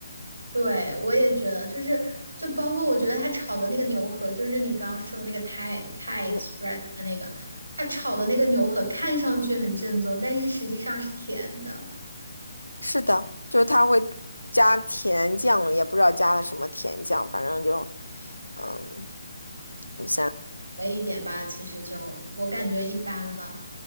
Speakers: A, on the right; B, on the left.
A: 对，我也觉得，就是就包括我觉得他炒的那个牛河，就是你刚刚说的那个泰泰
B: 嗯，
A: Express 的那个，他炒的那个牛河看上去很正宗，但是实际上是甜的，
B: 是的，就是它会加甜酱，也不知道加了什么甜酱，反正就嗯，你想，
A: 哎，一点吧，其实就我感觉一般了。